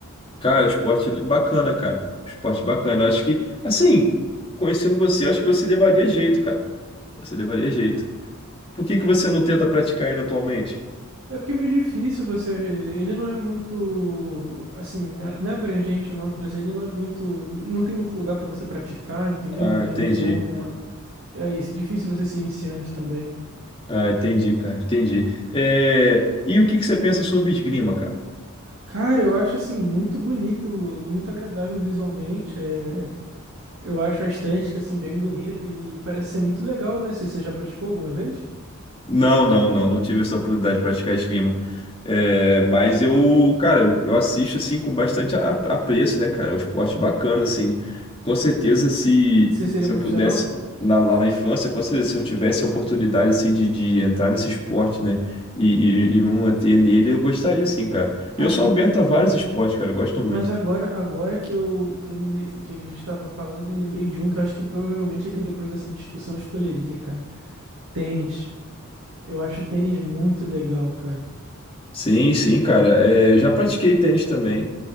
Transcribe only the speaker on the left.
Cara, esporte bacana, cara. Esporte bacana. Eu acho que, assim, conhecendo você, eu acho que você levaria jeito, cara. Você levaria jeito. Por que que você não tenta praticar ele atualmente?
Ah,
entendi.
Ah, entendi, cara, entendi. É, E o que que você pensa sobre esgrima, cara?
Não, não, não, não tive essa oportunidade de praticar esgrima. É, mas eu, cara, eu, eu assisto assim com bastante a- apreço, né, cara? É um esporte bacana, assim. Com certeza, se,
se
eu pudesse, na- lá na infância, com certeza, se eu tivesse a oportunidade, assim, de, de entrar nesse esporte, né, e, e, e me manter nele, eu gostaria, sim, cara.
Eu sou
aberto a vários esportes, cara, eu gosto
muito.
Sim, sim, cara. É, eu já pratiquei tênis também,